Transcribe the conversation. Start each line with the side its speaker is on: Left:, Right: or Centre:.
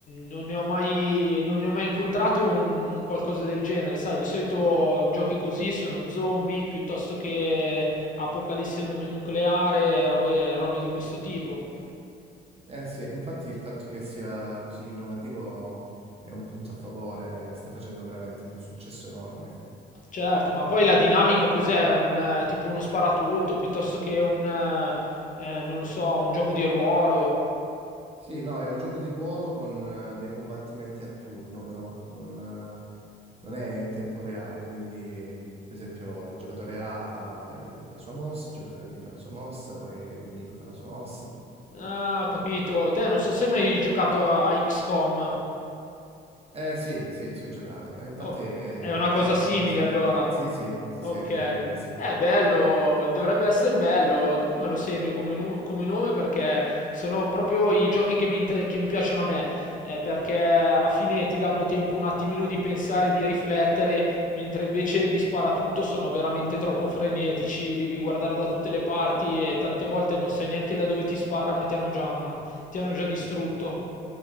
Left: Non ne ho mai, non ne ho mai incontrato un, un qualcosa del genere, sai? Di solito giochi così sono zombie piuttosto che apocalisse nu- nucleare, robe robe di questo tipo.
Right: Eh sì, infatti il fatto che sia così innovativo è un punto a favore, sta facendo veramente un successo enorme.
Left: Certo, ma poi la dinamica cos'è? Un, eh, tipo uno sparatutto piuttosto che un, eh, eh, non lo so, un gioco di ruolo.
Right: Sì, no, è un gioco di ruolo con eh, dei combattimenti a turno, però non, eh, non è in tempo reale, quindi per esempio il giocatore A fa il- la sua mossa, il giocatore B fa la sua mossa, poi il nemico fa la sua mossa.
Left: Ah, ho capito. Te non so se hai mai giocato a, a XCOM.
Right: Eh sì, sì, ci ho giocato. E infatti
Left: Oh,
Right: è,
Left: è una
Right: è-
Left: cosa
Right: è
Left: simile
Right: qualcosa di...
Left: allora.
Right: Sì, sì, sì,
Left: Okay.
Right: sì, hai capito benissimo.
Left: Eh bello, dovrebbe esser bello. Dopo me lo segno come nu come nome perché sono proprio i giochi che mi inte che mi piacciono a me, ehm, perché alla fine ti danno tempo un attimino di pensare, di riflettere, mentre invece gli sparatutto sono veramente troppo frenetici, devi guardare da tutte le parti e tante volte non sai neanche da dove ti sparano e ti hanno già ti hanno già distrutto.